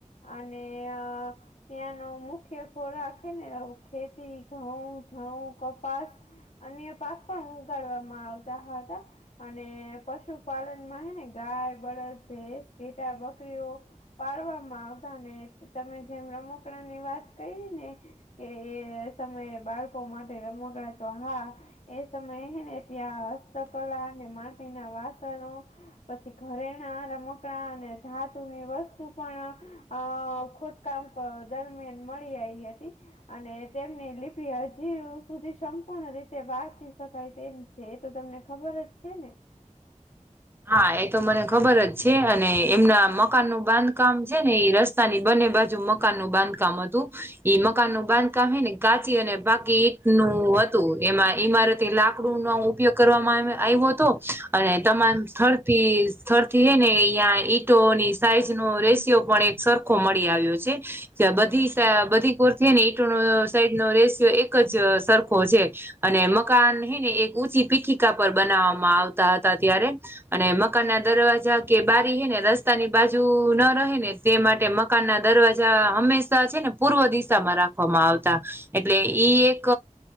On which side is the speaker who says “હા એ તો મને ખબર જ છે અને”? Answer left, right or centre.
Right